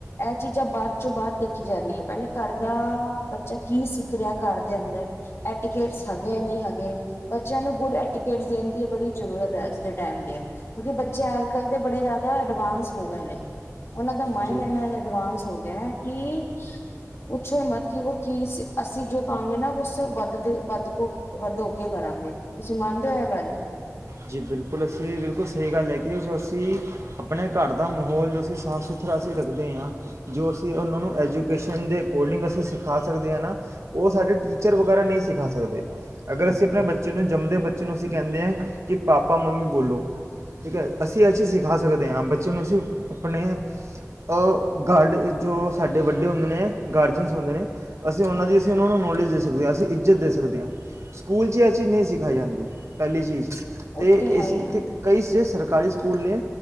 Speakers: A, on the left; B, on the right.
A: ਇਹ ਚੀਜ਼ਾਂ ਬਾਅਦ ਚੋਂ ਬਾਅਦ ਦੇਖੀ ਜਾਂਦੀ ਹੈ ਪਹਿਲੇ ਘਰ ਦਾ ਬੱਚਾ ਕੀ ਸਿੱਖ ਰਿਹਾ ਘਰ ਦੇ ਅੰਦਰ ਐਟੀਕੇਟਸ ਹੈਗੇ ਨਹੀਂ ਹੈਗੇ ਬੱਚਿਆਂ ਨੂੰ ਗੁੱਡ ਐਟੀਕੇਟਸ ਦੇਣ ਦੀ ਬੜੀ ਜ਼ਰੂਰਤ ਹੈ ਅੱਜ ਦੇ ਟਾਈਮ ਦੇ ਕਿਉਂਕਿ ਬੱਚੇ ਕੱਲ ਦੇ ਬੜੇ ਜ਼ਿਆਦਾ ਅਡਵਾਂਸ ਹੋ ਗਏ ਨੇ, ਉਹਨਾਂ ਦਾ ਮਾਇਡ
B: ਜੀ
A: ਇਨਾ ਅਡਵਾਂਸ ਹੋ ਗਿਆ ਕਿ ਪੁੱਛੋ ਹੀ ਮਤ ਕੀ ਕੀ ਸੀ ਅਸੀਂ ਜੋ ਕਹਾਂਗੇ ਨਾ ਉਸ ਵੱਧ ਦੇ ਵੱਧ ਕ ਵੱਧ ਹੋ ਕੇ ਕਰਾਂਗੇ। ਤੁਸੀਂ ਮੰਨਦੇ ਹੋ ਇਹ ਗੱਲ
B: ਜੀ ਬਿਲਕੁਲ, ਅਸੀਂ ਬਿਲਕੁਲ ਸਹੀ ਗੱਲ ਹੈ ਕਿ ਜੋ ਅਸੀਂ ਆਪਣੇ ਘਰ ਦਾ ਮਾਹੌਲ ਜੋ ਅਸੀਂ ਸਾਫ ਸੁਥਰਾ ਅਸੀਂ ਰੱਖਦੇ ਹਾਂ ਜੋ ਅਸੀਂ ਉਹਨਾਂ ਨੂੰ ਐਜੂਕੇਸ਼ਨ ਦੇ ਅਕੋਰਡਿੰਗ ਅਸੀਂ ਸਿਖਾ ਸਕਦੇ ਹਾਂ ਨਾ ਉਹ ਸਾਡੇ ਟੀਚਰ ਵਗੈਰਾ ਨਹੀਂ ਸਿਖਾ ਸਕਦੇ। ਅਗਰ ਅਸੀਂ ਆਪਣੇ ਬੱਚੇ ਨੂੰ ਜੰਮਦੇ ਬੱਚੇ ਨੂੰ ਅਸੀਂ ਕਹਿੰਦੇ ਹਾਂ ਕਿ ਪਾਪਾ ਮੰਮੀ ਬੋਲੋ। ਠੀਕ ਹੈ, ਅਸੀਂ ਇਹ ਚੀ ਸਿਖਾ ਸਕਦੇ ਹਾਂ ਬੱਚੇ ਨੂੰ ਅਸੀਂ ਆਪਣੇ ਅ ਗਾਰਡ ਜੋ ਸਾਡੇ ਵੱਡੇ ਹੁੰਦੇ ਨੇ ਗਾਰਜਅਨਸ ਹੁੰਦੇ ਨੇ ਅਸੀਂ ਉਹਨਾਂ
A: ਹਮ
B: ਦੀ ਅਸੀਂ ਉਹਨਾਂ ਨੂੰ ਨੌਲੇਜ ਦੇ ਸਕਦੇ, ਅਸੀਂ ਇੱਜ਼ਤ ਦੇ ਸਕਦੇ ਹਾਂ। ਸਕੂਲ 'ਚ ਇਹ ਚੀਜ਼ ਨਹੀਂ ਸਿਖਾਈ ਜਾਂਦੀ ਪਹਿਲੀ ਚੀਜ਼ ਅਤੇ
A: ਉਹ ਤੇ
B: ਏ
A: ਹੈ
B: ਸੀ
A: ਹੀ
B: ਅਤੇ ਕਈ ਸਿਸ ਸਰਕਾਰੀ ਸਕੂਲ ਨੇ